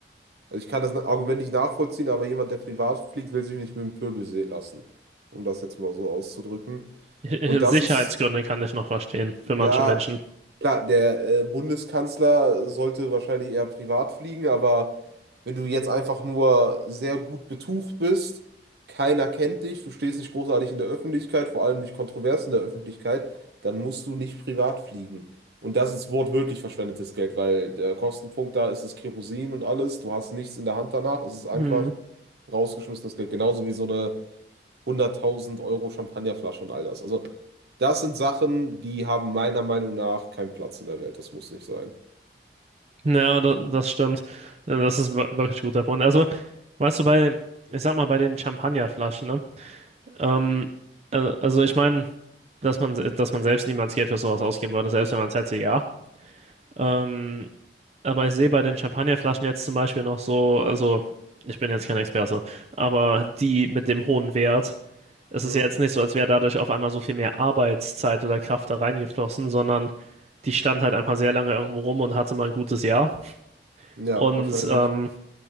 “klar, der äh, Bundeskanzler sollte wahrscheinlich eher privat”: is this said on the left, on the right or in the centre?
Right